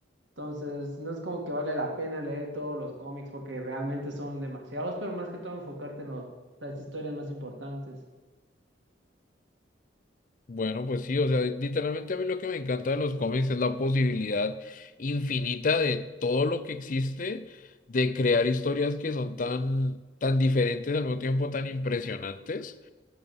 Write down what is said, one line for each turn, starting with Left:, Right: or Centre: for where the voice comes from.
Right: Entonces, no es como que vale la pena leer todos los cómics porque realmente son demasiados, pero más que todo enfocarte en lo- las historias más importantes.
Left: Bueno, pues sí, o sea, literalmente a mí lo que me encanta de los cómics es la posibilidad infinita de todo lo que existe, de crear historias que son tan, tan diferentes, al mismo tiempo tan impresionantes.